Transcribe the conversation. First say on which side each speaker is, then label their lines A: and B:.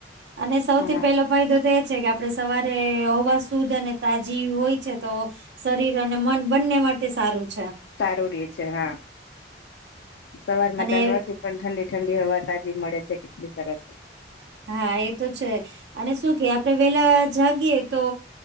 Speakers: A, on the right; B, on the left.
A: અને સૌથી
B: હા.
A: પેલો ફાયદો તો એ છે કે આપડે સવારે હવા શુદ્ધ અને તાજી હોય છે તો શરીર અને મન બંને માટે તે સારું છે
B: સારું રે છે હા સવારમાં
A: અને
B: ચાલવાથી પણ ઠંડી ઠંડી હવા તાજી મળે છે કેટલી સરસ
A: હા એ તો છે અને શું કે આપડે વેલા જાગીએ તો